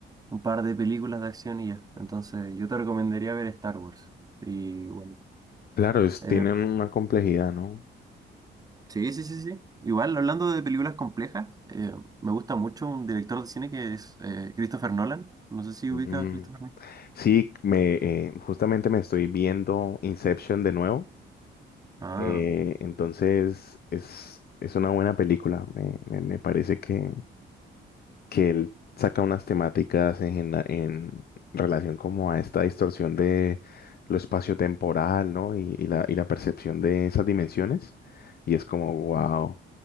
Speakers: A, on the right; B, on the left.
A: un par de películas de acción y ya. Entonces, yo te recomendaría ver Star Wars. Y bueno.
B: Claro, es,
A: em,
B: tienen una complejidad, ¿no?
A: Sí, sí, sí, sí. Igual, hablando de películas complejas, eh, me gusta mucho un director de cine que es eh, Christopher Nolan. No sé si
B: Mm.
A: ubica a Christopher Nolan.
B: Sí, me, eh, justamente me estoy viendo Inception de nuevo.
A: Ah,
B: Eh, entonces es, es una buena película. Me, me- me parece que, que él saca unas temáticas en, la- en relación como a esta distorsión de lo espaciotemporal, ¿no? Y, y la, y la percepción de esas dimensiones. Y es como, wow,